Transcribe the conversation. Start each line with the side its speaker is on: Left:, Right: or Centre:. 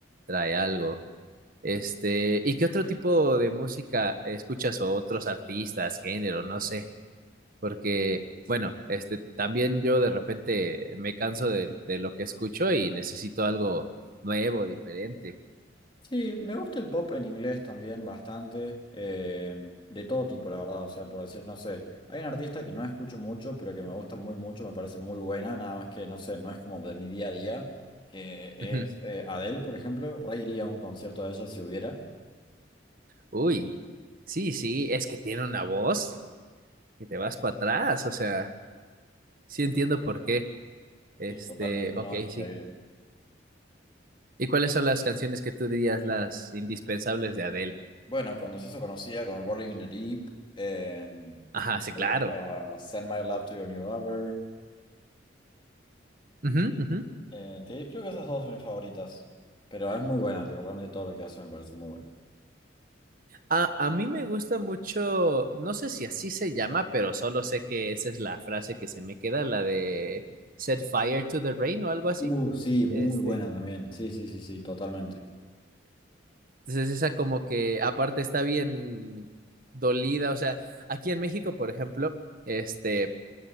Right: trae algo. Este, ¿y qué otro tipo de música escuchas o otros artistas, género, no sé? porque, bueno, este, también yo de repente me canso de, de lo que escucho y necesito algo nuevo, diferente.
Left: Sí, me gusta el pop en inglés también bastante, eh, de todo tipo, la verdad, o sea, por decir, no sé, hay un artista que no escucho mucho, pero que me gusta muy mucho, me parece muy buena, nada más que, no sé, no es como de mi día a día, que
Right: <laughs> Ujú.
Left: es eh, Adele, por ejemplo, reiría a un concierto de eso si hubiera.
Right: Uy, sí, sí, es que tiene una voz que te vas para atrás, o sea, sí entiendo por qué. Este,
Left: Sí, totalmente,
Right: ok,
Left: no, es increíble.
Right: sí. ¿Y cuáles son las canciones que tú dirías las indispensables de Adele?
Left: Bueno, cuando se hizo conocida con Rolling in the Deep, eh, me
Right: Ajá, sí,
Left: gusta
Right: claro.
Left: Send My Love to Your New Lover.
Right: Ujú, ujú.
Left: Eh, te- creo que esas dos son mis favoritas. Pero es muy buena, tipo, realmente todo lo que hace me parece muy bueno.
Right: A, a mí me gusta mucho, no sé si así se llama, pero solo sé que esa es la frase que se me queda, la de set fire to the rain o algo así.
Left: Uh, sí, muy
Right: Este,
Left: buena también. Sí, sí, sí, sí, totalmente.
Right: entonces esa como que aparte está bien dolida, o sea, aquí en México, por ejemplo, este